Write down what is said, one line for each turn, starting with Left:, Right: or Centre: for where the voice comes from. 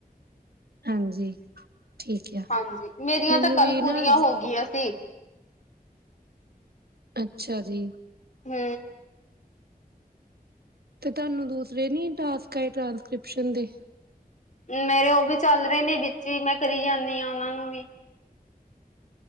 Right: ਹਾਂਜੀ। ਠੀਕ ਆ
Left: ਹਾਂਜੀ। ਮੇਰੀਆਂ
Right: ਮੈਨੂੰ
Left: ਤਾਂ ਕੱਲ
Right: ਵੀ ਨਾ
Left: ਪੂਰੀਆਂ ਹੋ ਗਈਆਂ ਸੀ।
Right: ਅੱਛਾ ਜੀ।
Left: ਹੂੰ।
Right: ਤੇ ਤਹਾਨੂੰ ਦੂਸਰੇ ਨੀ ਟਾਸਕ ਆਏ ਟ੍ਰਾਂਸਕ੍ਰਿਪਸ਼ਨ ਦੇ?
Left: ਮੇਰੇ ਉਹ ਵੀ ਚੱਲ ਰਹੇ ਨੇ, ਵਿੱਚ ਹੀ ਮੈਂ ਕਰੀ ਜਾਂਦੀ ਹ ਉਹਨਾਂ ਨੂੰ ਵੀ।